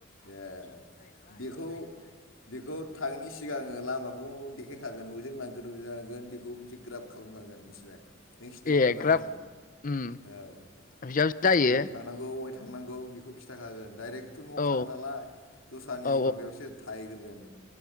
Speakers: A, on the left; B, on the left.
A: ए बेखौ बेखौ थांयिनि सिगां आङो लामाखौ देखायखागोन बबेजों लांगोन बबेजों लांगोन बेखौ मोनसे ग्राब खालामखागोन मिनथिबाय। नों सिन्था
B: ए
A: खालामनाङा
B: ग्राब उम
A: औ
B: बिदियाव जायो
A: बोरै थांनां अबेहाय थांनांगौ बेखौ खिथाखागोन डाइरेक्थ' न'आव
B: औ
A: थाङा नालाय दस्रानि
B: औ
A: माबायावसो थायैगोरगोन